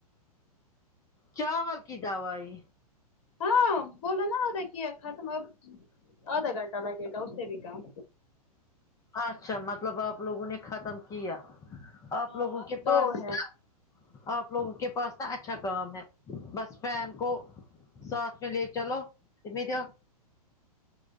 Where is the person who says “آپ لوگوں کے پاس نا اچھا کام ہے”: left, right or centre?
Left